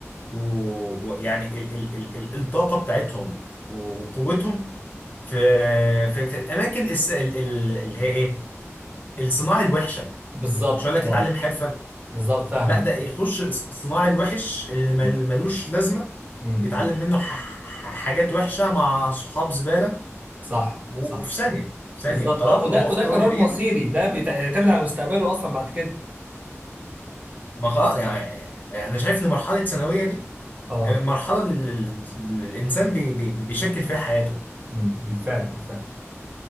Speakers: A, on the left; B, on the right.
A: و- ويعني ال... ال... ال... ال... الطاقة بتاعتهم وقوتهم في في, في الاماكن الس... ال... ال... اللي هي ايه الصناعي الوحشه
B: بالظبط
A: مش هقول
B: اه
A: لك اتعلم حرفه
B: بالظبط فاهمك
A: لا ده يخش الصناعي الوحش اللي مل-
B: امم
A: ملوش لازمه
B: امم
A: يتعلم منه ح- ح- حاجات وحشه مع صحاب زباله
B: صح
A: و-
B: صح
A: وفي ثانيه في ثانيه
B: بالظبط
A: قرار
B: اه وده
A: هو اختاره
B: وده قرار
A: بايده
B: مصيري ده بيعتمد على مستقبله اصلا بعد كده
A: ما خلاص يعني يعني انا شايف ان مرحله ثانويه دي
B: اه
A: مرحله اللي ال- اللي الانسان بي بي بيشكل فيها حياته
B: امم بالفعل بالفعل